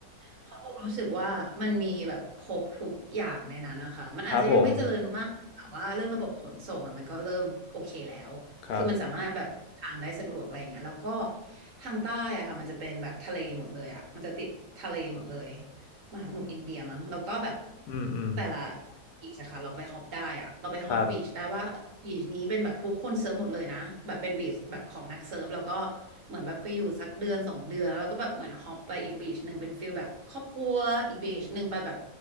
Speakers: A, on the right; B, on the left.
A: เพราะโบรู้สึกว่ามันมีแบบครบทุกอย่างในนั้นนะคะมันอาจจะยังไม่เจริญมากแต่ว่าเรื่องระบบขนส่งอ่ะมันก็เริ่มโอเคแล้วคือมันสามารถแบบเดินทางได้สะดวกอะไรอย่างเงี้ยแล้วก็
B: ครับผมครับ
A: ทางใต้อะค่ะมันจะเป็นแบบทะเลหมดเลยอะมันจะติดทะเลหมดเลย มหาสมุทรอินเดียมั้งแล้วก็แบบ
B: อืมอืม
A: แต่ละบีชอะค่ะเราไปฮอปได้อะเราไปฮอปบีชได้ว่าบีชนี้เป็นแบบผู้คนเซิร์ฟหมดเลยนะแบบเป็นบีชแบบของนักเซิร์ฟแล้วก็
B: ครับ
A: เหมือนแบบไปอยู่สักเดือนสองเดือนแล้วก็แบบเหมือนฮอปไปอีกบีชหนึ่งเป็นฟิลแบบครอบครัวอีกบีชหนึ่งไปแบบ